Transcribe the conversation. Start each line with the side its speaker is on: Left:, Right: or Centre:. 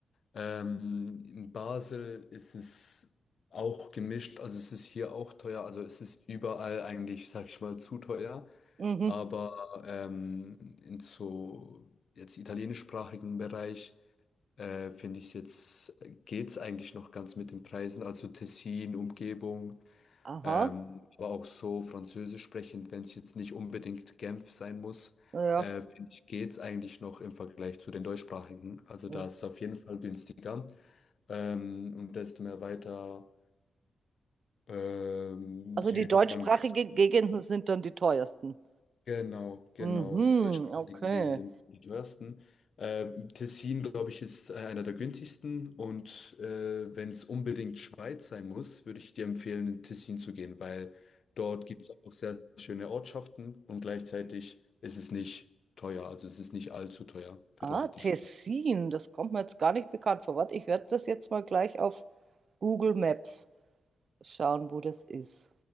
Left: Ähm, in Basel ist es auch gemischt, also es ist hier auch teuer, also es ist überall eigentlich, sag ich mal, zu teuer.
Right: Mhm.
Left: Aber ähm, in so jetzt italienischsprachigen Bereich äh, finde ich es jetzt, geht's eigentlich noch ganz mit den Preisen, also Tessin, Umgebung,
Right: Aha,
Left: ähm, aber auch so französisch sprechend, wenn es jetzt nicht unbedingt Genf sein muss,
Right: ja.
Left: äh, finde ich, geht's eigentlich noch im Vergleich zu den deutschsprachigen. Also
Right: ja.
Left: da ist es auf jeden Fall günstiger. Ähm, und desto mehr weiter ähm,
Right: Also
Left: Süden
Right: die deutschsprachigen
Left: man geht.
Right: Gegenden sind dann die teuersten.
Left: Genau, genau.
Right: Mhm,
Left: Deutschsprachige
Right: okay.
Left: Gegenden sind die teuersten. Ähm, Tessin, glaube ich, ist äh, einer der günstigsten. Und äh, wenn es unbedingt Schweiz sein muss, würde ich dir empfehlen, in Tessin zu gehen, weil dort gibt es auch sehr schöne Ortschaften und gleichzeitig ist es nicht teuer. Also es ist nicht allzu teuer, für
Right: Ah,
Left: das es
Right: Tessin,
Left: die Schweiz ist.
Right: das kommt mir jetzt gar nicht bekannt vor. Warte, ich werde das jetzt mal gleich auf Google Maps schauen, wo das ist.